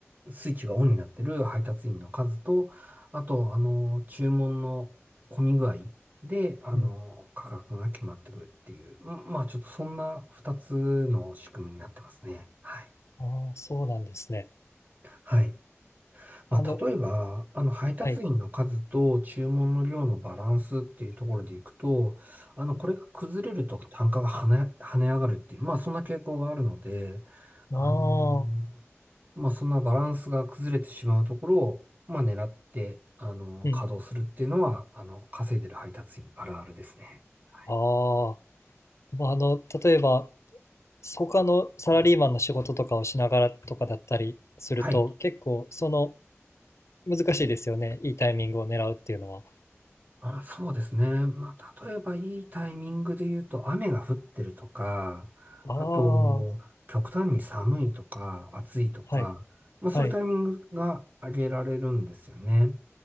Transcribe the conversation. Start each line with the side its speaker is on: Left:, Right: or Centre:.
Right: スイッチがオンになってる配達員の数と、あと、あのー注文の混み具合で、あのー価格が決まってくるっていう、
Left: ん、うん。
Right: んまあ、ちょっとそんな2つの仕組みになってますね。はい。
Left: ああ、そうなんですね。
Right: はい。まあ、
Left: あの、
Right: 例えば、あの、配達員の数と注文の量のバランスっていうところでいくと、
Left: はい。
Right: あの、
Left: うん
Right: これが崩れると単価が跳ね、跳ね上がるっていう、まあ、そんな傾向があるので、あの、
Left: ああ、
Right: まあ、そんなバランスが崩れてしまうところを、まあ、狙って、あの、
Left: うん。
Right: 稼働するっていうのは、あの、稼いでる配達員あるあるですね。はい。
Left: ああ。でも、あの、例えば、他のサラリーマンの仕事とかをしながらとかだったりすると、
Right: はい
Left: 結構、その、難しいですよね。いいタイミングを狙うっていうのは。
Right: あ、そうですね。まあ、例えばいいタイミングで言うと、雨が降ってるとか、
Left: ああ、
Right: あと、極端に寒いとか、暑いとか、
Left: はい。
Right: まあ、そういうタイミングが挙げられるんですよね。
Left: はい。